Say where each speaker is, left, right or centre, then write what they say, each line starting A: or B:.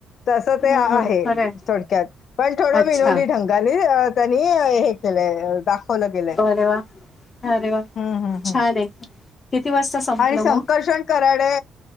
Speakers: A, on the left; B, on the left.
A: तस ते
B: हम्म
A: आहे
B: खरंय
A: थोडक्यात पण थोड
B: अच्छा
A: विनोदी ढंग गानी त्यांनी हे केलय दा फॉलो केलय.
B: अरे वा अरे वा.
A: हम्म हम्म
B: छान
A: हम्म.
B: आहे किती वाजता संपलं
A: आणि संकर्षण
B: मग?
A: कराडे